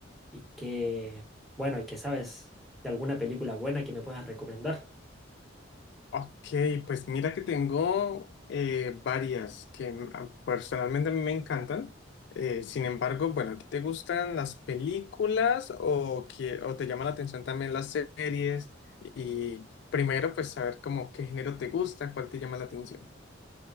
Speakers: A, in the centre; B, on the left.
A: y que, bueno, y que sabes de alguna película buena que me puedas recomendar.
B: Ok, pues mira que tengo eh, varias que m- a- personalmente a mí me encantan. Eh, sin embargo, bueno, ¿a ti te gustan las películas o, que, o te llama la atención también las series? Y primero, pues saber como qué género te gusta, cuál te llama la atención.